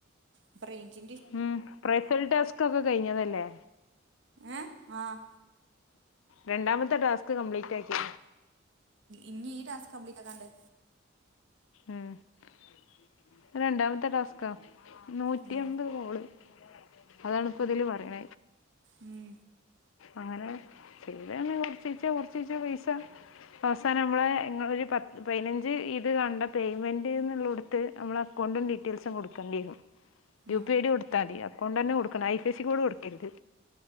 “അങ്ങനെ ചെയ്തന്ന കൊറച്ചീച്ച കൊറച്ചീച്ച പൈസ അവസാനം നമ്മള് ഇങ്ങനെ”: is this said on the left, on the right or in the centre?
Left